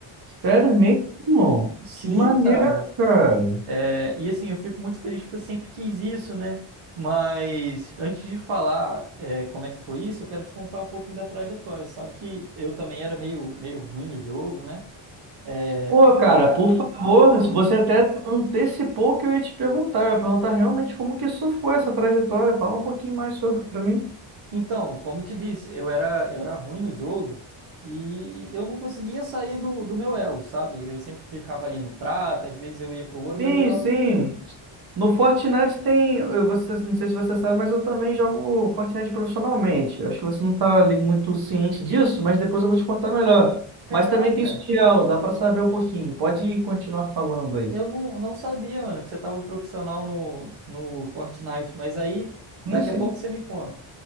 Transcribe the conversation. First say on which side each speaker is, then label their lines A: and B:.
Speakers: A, on the right (about 45°); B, on the right (about 75°).
A: Sério mesmo, irmão?
B: Sim,
A: Que maneiro,
B: cara.
A: cara.
B: É, e assim, eu fico muito feliz porque eu sempre quis isso, né? Mas antes de falar, é, como é que foi isso, eu quero te contar um pouquinho da trajetória. Você Sabe que eu também era meio, meio ruim no jogo, né? É,
A: Pô, cara, por favor, você até antecipou o que eu ia te perguntar. Eu ia perguntar realmente como que isso foi, essa trajetória. Fala um pouquinho mais sobre pra mim.
B: então, como eu te disse, eu era, eu era ruim no jogo e eu não conseguia sair do, do meu elo, sabe? Eu sempre ficava ali no prata, às vezes eu ia pro ouro, mas
A: Sim,
B: eu tava,
A: sim. No Fortnite tem, eu- você, não sei se você sabe, mas eu também jogo Fortnite profissionalmente. Eu acho que você não está muito ciente disso, mas depois eu vou te contar melhor.
B: caraca.
A: Mas também tem sutiã, dá para saber um pouquinho. Pode continuar falando aí.
B: Eu não, não sabia, mano, que você tava profissional no, no Fortnite, mas aí daqui
A: Sim, sim.
B: a pouco você me conta.